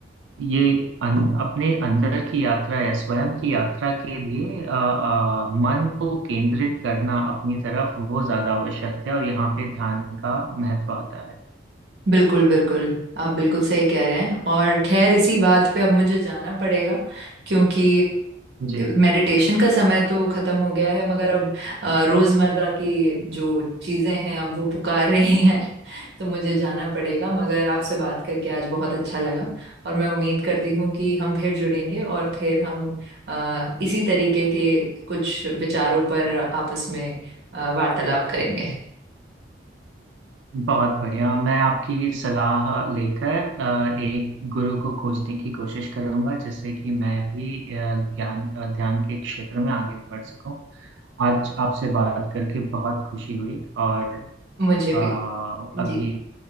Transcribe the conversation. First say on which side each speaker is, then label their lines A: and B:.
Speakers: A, on the right; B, on the right.
A: ये अन, अपने अंदर की यात्रा या स्वयं की यात्रा के लिए अ, अ, मन को केंद्रित करना अपनी तरफ वो ज्यादा आवश्यक है और यहाँ पे ध्यान का महत्व आता है
B: बिल्कुल बिल्कुल आप बिल्कुल सही कह रहे हैं और खैर इसी बात पे अब मुझे जाना पड़ेगा क्योंकि
A: जी
B: मेडिटेशन का समय तो खत्म हो गया है मगर अब अ, रोजमर्रा की जो चीजें हैं अब वो पुकार <laughs> रही हैं तो मुझे जाना पड़ेगा मगर आपसे बात करके आज बहुत अच्छा लगा और मैं उम्मीद करती हूँ कि हम फिर जुड़ेंगे और फिर हम अ, इसी तरीके के कुछ विचारों पर आपस में अ, वार्तालाप करेंगे
A: बहुत बढ़िया मैं आपकी सलाह लेकर अ, एक गुरु को खोजने की कोशिश करूंगा जिससे कि मैं भी अ, ज्ञान अ, ध्यान के क्षेत्र में आगे बढ़ सकूं आज आपसे बात करके बहुत खुशी हुई और
B: मुझे
A: अ,
B: भी जी
A: अभी